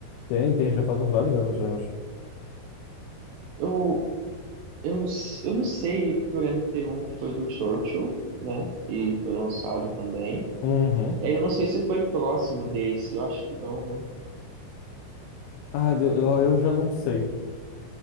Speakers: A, on the left; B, on the right.
A: Tem, tem, já faz uns vários anos, já eu acho.
B: Eu, eu, s- eu não sei, porque eu lembro que teve um que foi do Churchill, né? Que foi lançado também.
A: Uhum.
B: É, eu não sei se foi próximo desse, eu acho que não, né?
A: Ah, eu, eu eu já não sei.